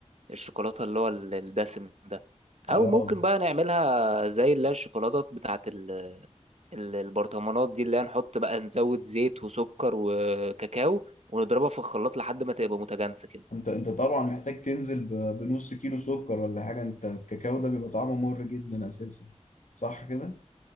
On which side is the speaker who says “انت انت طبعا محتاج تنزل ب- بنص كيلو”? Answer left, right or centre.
Left